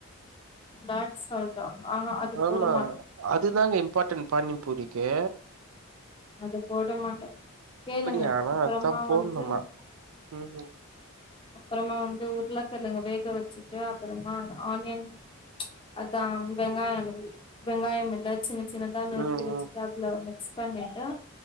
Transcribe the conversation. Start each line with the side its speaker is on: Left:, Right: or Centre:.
Left: பிளாக் சால்ட்டா ஆஹா அது போட
Right: ஆமா
Left: மாட்டோ
Right: அதுதாங்க இம்பார்ட்டன்ட் பானிபூரிக்கு
Left: அதுப் போட மாட்டோ கேளுங்க
Right: அப்படியா ஆனா
Left: அப்றமா
Right: அதா போட்ணுமா
Left: வந்து
Right: ம் ம்
Left: அப்றமா வந்து உருளக்கெழங்க வேக வச்சிட்டு அப்றமா ஆனியன் அத்தாம் வெங்காய இல்ல புளி வெங்காயம் இல்லத் சின்ன சின்னதா நொறுக்கி
Right: ம்
Left: வெஜிடேபிளே மிக்ஸ் பண்ணிட்டு